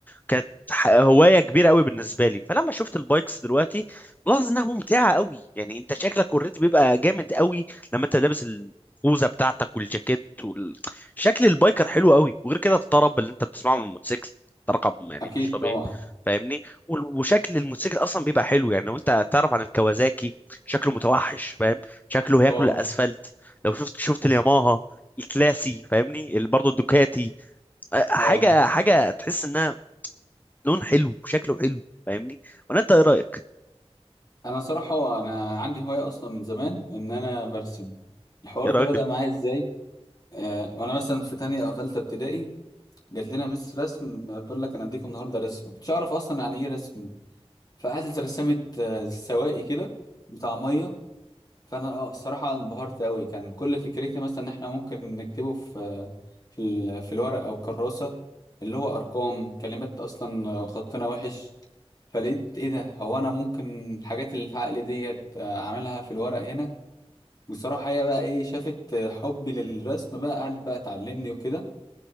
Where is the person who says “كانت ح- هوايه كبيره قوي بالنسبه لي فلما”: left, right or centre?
Left